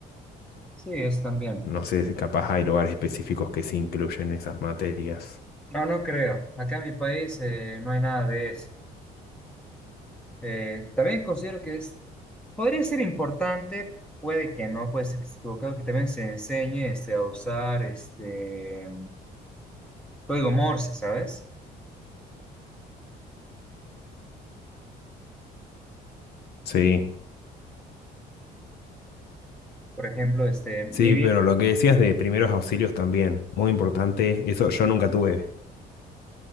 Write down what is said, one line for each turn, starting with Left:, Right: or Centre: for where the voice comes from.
Centre: sí, es también.
Left: No sé si capaz hay lugares específicos que se incluyen esas materias.
Centre: No, no creo. Acá en mi país eh, no hay nada de eso. Eh, también considero que es, podría ser importante, puede que no, puede ser que esté equivocado, que también se enseñe este, a usar este código Morse, ¿sabes?
Left: Sí,
Centre: Por ejemplo, este, mi
Left: sí,
Centre: bien,
Left: pero lo que decías de primeros auxilios también, muy importante, eso yo nunca tuve.